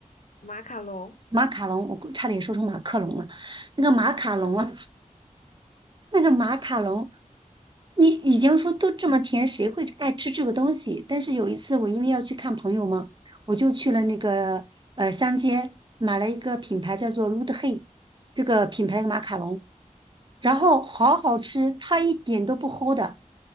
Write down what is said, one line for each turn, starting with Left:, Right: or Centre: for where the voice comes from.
Left: 马卡龙。
Right: 马卡龙，我差点说成马克龙了。那个马卡龙啊，那个马卡龙，你已经说都这么甜，谁会爱吃这个东西？但是有一次，我因为要去看朋友嘛，我就去了那个呃乡间买了一个品牌叫做 l u d e Hey 这个品牌的马卡龙，然后好好吃，它一点都不齁的。